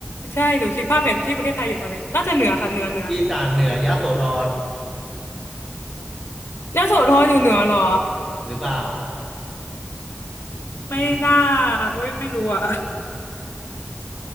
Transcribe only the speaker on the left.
ใช่หนูคิดภาพแผนที่ประเทศไทยอยู่ตอนนี้น่าจะเหนือค่ะเหนือเหนือ
ยโสธรอยู่เหนือเหรอ
ไม่น่า
เว้ยไม่รู้อ่ะ